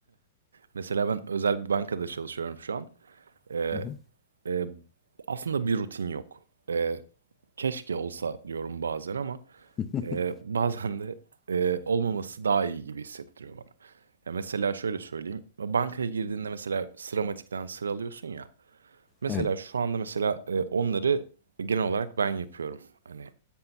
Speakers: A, on the right; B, on the left.
A: Mesela ben özel bir bankada çalışıyorum şu an. Ee,
B: Hı hı.
A: e, aslında bir rutin yok. Ee, keşke olsa diyorum bazen ama
B: <laughs>
A: e, bazen de e, olmaması daha iyi gibi hissettiriyor bana. Ya mesela şöyle söyleyeyim. Bankaya girdiğinde mesela sıramatikten sıralıyorsun ya. Mesela
B: Evet.
A: şu anda mesela e, onları genel olarak ben yapıyorum. Hani